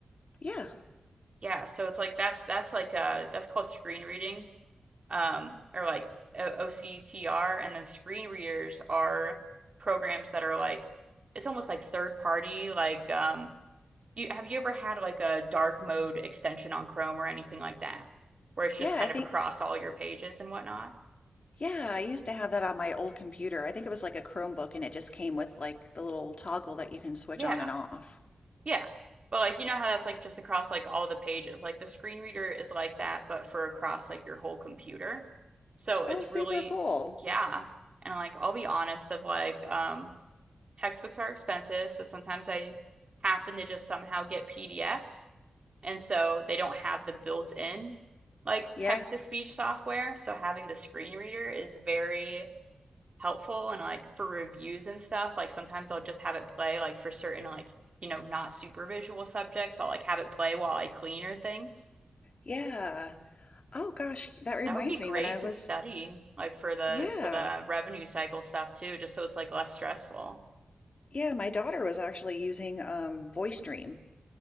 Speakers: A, on the left (about 50°); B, on the right (about 45°).
A: Yeah.
B: Yeah, so it's like that's that's like uh that's called screen reading um or like OCTR and then screen readers are programs that are like it's almost like third party like um you have you ever had like a dark mode extension on Chrome or anything like that, where it's
A: Yeah,
B: just kind
A: I think
B: of across all your pages and whatnot?
A: yeah, I used to have that on my old computer. I think it was like a Chromebook and it just came with like the little toggle that you can switch
B: Yeah,
A: on and off.
B: yeah. But like you know how that's like just across like all the pages. Like the screen reader is like that, but for across like your whole computer. So it's
A: Oh, super
B: really
A: cool.
B: yeah. And like I'll be honest, of like um textbooks are expensive, so sometimes I happen to just somehow get PDFs, and so they don't have the built-in like
A: Yeah.
B: text to speech software. So having the screen reader is very helpful and like for reviews and stuff. Like sometimes I'll just have it play like for certain like, you know, not super visual subjects. I'll like have it play while I clean or things.
A: Yeah. Oh gosh, that reminds
B: That would be
A: me
B: great
A: when I was
B: to study like for the
A: yeah.
B: for the revenue cycle stuff too, just so it's like less stressful.
A: Yeah, my daughter was actually using um VoiceDream.